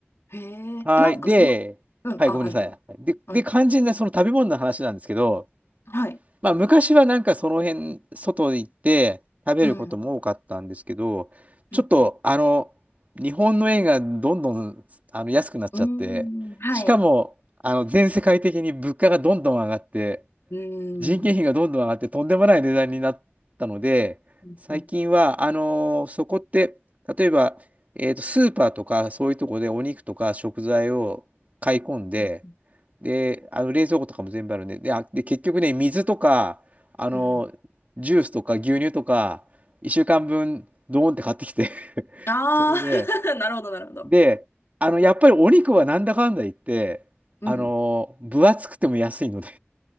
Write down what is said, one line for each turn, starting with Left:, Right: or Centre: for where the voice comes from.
Left: へえ。
Right: はい。
Left: えなんかその、
Right: で、
Left: うん。
Right: はい、
Left: あ、
Right: ごめんなさい。
Left: はいはい。
Right: で、
Left: はい。
Right: で、肝心なその食べ物の話なんですけど、
Left: はい。
Right: まあ、昔はなんかその辺、外で行って食べることも多かったんですけど、
Left: うん。うん
Right: ちょっと、あの、日本の円がどんどんあの安くなっちゃって、
Left: うん。うーん。はい。
Right: しかも、あの、全世界的に物価がどんどん上がって、
Left: うー
Right: 人件費がどんどん上がってとんでもない値段になったので、
Left: ん。うんうん
Right: 最近は、あのーそこって、例えば、えーと、スーパーとかそういうところでお肉とか食材を買い込んで、
Left: うん
Right: で、あの冷蔵庫とかも全部あるんで、で、あ、で、結局ね、水とか、あのージュースとか牛乳とか、
Left: うん。
Right: 1週間分、ドーンって買ってきて <laughs>
Left: ああー
Right: それで、
Left: <laughs> なるほどなるほど。
Right: で、あの、やっぱりお肉はなんだかんだ言って、
Left: うん。
Right: あのー分厚くても安いので